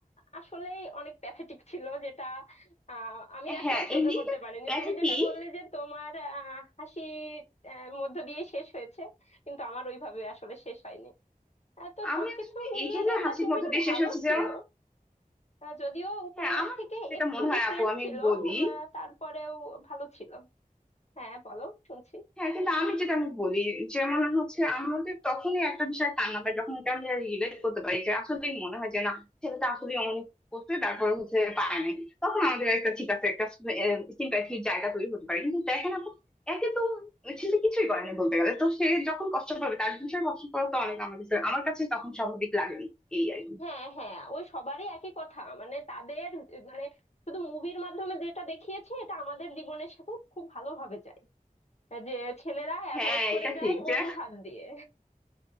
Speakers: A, on the left; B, in the centre.
A: আসলেই অনেক প্যাথেটিক ছিল যেটা আহ, আমি আসলে
B: হ্যাঁ
A: সহ্য
B: এন্ডিংটা
A: করতে পারিনি
B: প্যাথেটিক
A: তুমি যেটা বললে যে তোমার আহ, হাসি আহ, মধ্য দিয়ে শেষ হয়েছে কিন্তু আমার ওইভাবে আসলে শেষ হয়নি আহ, তো
B: আমি
A: সবকিছু
B: আসলে
A: মিলিয়ে
B: এই জন্য
A: দেবদাস
B: হাসির
A: মুভিটা
B: মধ্যে দিয়ে
A: ভালো
B: শেষ হচ্ছে
A: ছিল
B: যেমন
A: আহ, যদিও উপন্যাস
B: হ্যাঁ আমার
A: থেকে
B: কাছে যেটা
A: একটু
B: মনে হয়
A: ডিফারেন্ট
B: আপু আমি
A: ছিল
B: বলি
A: আহ, তারপরেও ভালো ছিল হ্যাঁ বলো শুনছি
B: হ্যাঁ কিন্তু আমি যেটা আমি বলি যেমন হচ্ছে আমাদের তখনই একটা বিষয় কান্না পায় যখন এটা আমরা রিলেট করতে পারি যে আসলেই মনে হয় যে না ছেলেটা আসলে অনেক করছে তারপরে হচ্ছে পায় নাই তখন আমাদের একটা ঠিক আছে একটা সিম্প্যাথির জায়গা তৈরি হতে পারে কিন্তু দেখেন আপু একে তো ওই ছেলে কিছুই করে না বলতে গেলে তো সে যখন কষ্ট পাবে তার বিষয়ে কষ্ট পাওয়া তো অনেক আমার কাছে আমার কাছে তখন স্বাভাবিক লাগে এই আর কি
A: হ্যাঁ হ্যাঁ ওই সবারই একই কথা মানে তাদের মানে শুধু মুভির মাধ্যমে যেটা দেখিয়েছে এটা আমাদের জীবনের সাথে খুব ভালোভাবে যায় যে ছেলেরা অ্যাভয়েড
B: হ্যাঁ
A: করে
B: এটা
A: যায়
B: ঠিক যে
A: অজুহাত দিয়ে